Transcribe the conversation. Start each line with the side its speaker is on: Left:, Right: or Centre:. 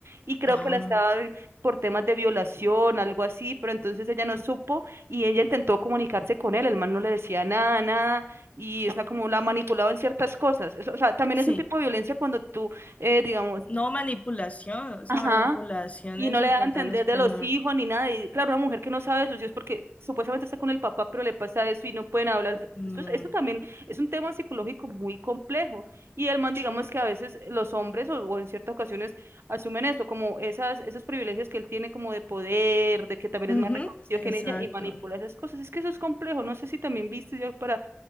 Right: y creo
Left: Ah,
Right: que la estaba por temas de violación, algo así, pero entonces ella no supo y ella intentó comunicarse con él, el man no le decía nada, nada y o sea, como la manipulaba en ciertas cosas, Eso, o sea, también
Left: sí.
Right: es un tipo de violencia cuando tú, eh, digamos,
Left: No manipulación, o sea,
Right: ajá.
Left: manipulación
Right: Y
Left: en
Right: no
Left: su
Right: le da
Left: total
Right: a entender
Left: esplendor.
Right: de los hijos ni nada. Y claro, una mujer que no sabe de sus hijos porque supuestamente está con el papá, pero le pasa eso y no pueden hablar.
Left: Mm,
Right: Eso, es- eso también es un tema psicológico muy complejo. Y el man, digamos que a veces los hombres o, o en ciertas ocasiones asumen esto, como esas, esos privilegios que él tiene como de poder, de que también es
Left: ujú,
Right: más reconocido
Left: exacto.
Right: que en ella y manipula esas cosas. Es que eso es complejo. No sé si también viste yo para